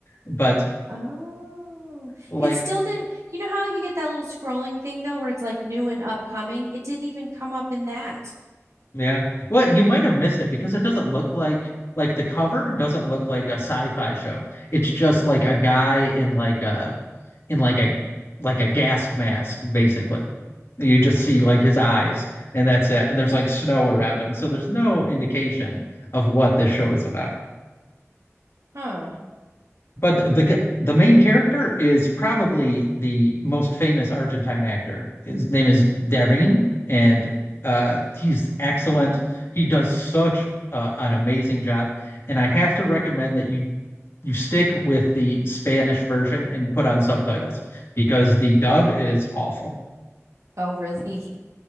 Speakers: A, on the left (about 50°); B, on the right (about 70°).
A: But
B: Oh,
A: like
B: it still didn't. You know how you get that little scrolling thing though, where it's like new and upcoming? It didn't even come up in that.
A: yeah. Well, you might have missed it because it doesn't look like like the cover doesn't look like a sci-fi show. It's just like a guy in like a in like a like a gas mask basically. You just see like his eyes and that's it. And there's like snow around him. So there's no indication of what this show is about.
B: Huh.
A: but the, the the main character is probably the most famous Argentine actor. His name is Darín, and uh, he's excellent. He does such uh, an amazing job, and I have to recommend that you you stick with the Spanish version and put on subtitles because the dub is awful.
B: Oh, really? <laughs>